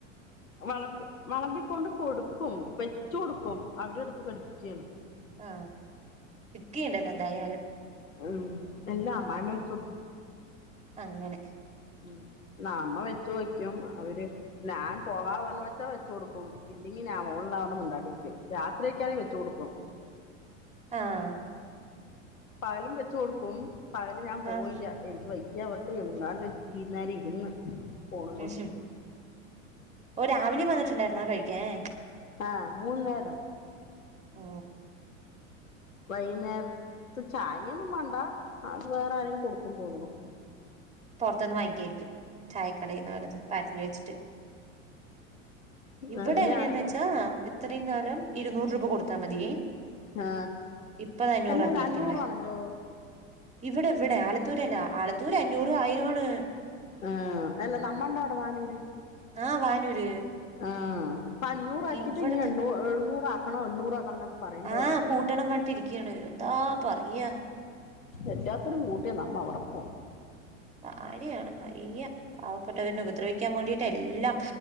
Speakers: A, on the left; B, on the right.
A: വിളമ്പി വിളമ്പിക്കൊണ്ട് കൊടുക്കും വെച്ച കൊടുക്കും അവരെ എടുത്ത്. കടിക്കുകയാണ്.
B: ആ ഇക്കിണ്ടല്ലോ എന്തായാലും
A: ഉം എല്ലാം അമ്മായിമ്മ ൾച്ചും
B: അങ്ങനെ
A: ഉം നമ്മ വെച്ച വയ്ക്കും അവര് ഞാൻ പോവാാ പറ വച്ചാ വെച്ച കൊടുക്കും ഇല്ല <unintelligible> രാത്രിയൊക്കാണങ്കിൽ വെച്ചു കൊടുക്കും
B: ആ
A: പകലും വെച്ച് കൊടുക്കും പകല് ഞാൻ പോയില്ല
B: ആഹ്
A: എനിക്ക് വൈ <unintelligible> ഇരുന്ന് ഫോണ് നോക്കിട്ട്
B: ഉം ഓ രാവിലെയും വന്നിട്ടുണ്ടായിരുന്നാ കഴികാൻ
A: ആഹ് മൂന്ന്നേരം
B: ഓ
A: വൈകുന്നേരത്തെ ചായൊന്നും മണ്ട അത് വേറെ ആരേങ്കിലും കൊടുക്കും തോന്നണു
B: പുറത്ത്നിന്ന് വാങ്ങിക്കായിരിക്കും ചായക്കടന്ന് വല്ലതും പാഴ്സൽ വെച്ചിട്ട്
A: എന്നാ
B: ഇവിടെ എങ്ങനെയാന്ന്
A: ഞാനെങ്കിലും
B: വെച്ചാ ഇത്രയും കാലം ഇരുന്നൂറ് രൂപ കൊടുത്താ മതി
A: ആ
B: ഇപ്പത്അഞ്ഞൂർ
A: അല്ല അല്ല
B: ക്കിയിരിക്കണ്
A: അഞ്ഞൂറാണല്ലോ
B: ഇവിടെ ഇവിടെ ആലത്തൂരല്ല ആലത്തൂർ അഞ്ഞൂറ് പോണ്
A: ഉം അല്ല നമ്മണ്ട <unintelligible> വാനൂര്
B: ആഹ് വാനൂര്
A: ആഹ് അഞ്ഞൂറാക്കിയിട്ട്
B: ഇവിടത്തെ
A: ഇഞ്ഞ് എണൂഎഴുനൂർ ആക്കണം ഒക്കെ പറയുന്നുണ്ടായിരുന്നു
B: ആഹ് കൂട്ടണം പറഞ്ഞിട്ട് ഇരിക്കയാണ് എന്താ പറയാ
A: എല്ലാത്തൊരും കൂട്ടിയ നമ്മെ എവിടെ പോണ്
B: കാര്യാണ് അയ്യ പാവപ്പെട്ടവരെ ഉപദ്രവിക്കാൻ വേണ്ടിട്ട് എല്ലാം